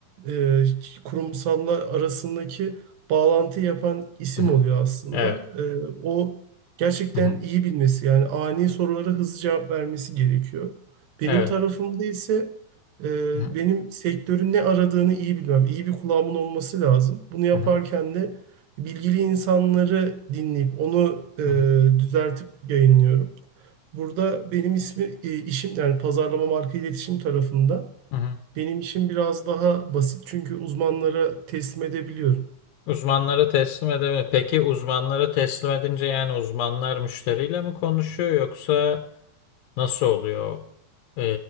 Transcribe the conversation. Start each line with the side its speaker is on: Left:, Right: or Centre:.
Right: e, kurumsalla arasındaki bağlantı yapan isim
Left: Hı hı.
Right: oluyor aslında.
Left: Evet.
Right: E, o gerçekten
Left: Hı hı.
Right: iyi bilmesi yani ani sorulara hızlı cevap vermesi gerekiyor. Benim
Left: Evet.
Right: tarafımda ise e,
Left: Hı hı.
Right: benim sektörün ne aradığını iyi bilmem, iyi bir kulağımın olması lazım. Bunu yaparken
Left: Hı hı.
Right: de bilgili insanları dinleyip onu e,
Left: Hı hı.
Right: düzeltip yayınlıyorum. Burada benim ismi e, işim yani pazarlama marka iletişim tarafında.
Left: Hı hı.
Right: Benim işim biraz daha basit çünkü uzmanlara teslim edebiliyorum.
Left: Uzmanlara teslim edemiyor. Peki uzmanlara teslim edince yani uzmanlar müşteriyle mi konuşuyor yoksa nasıl oluyor? Ee,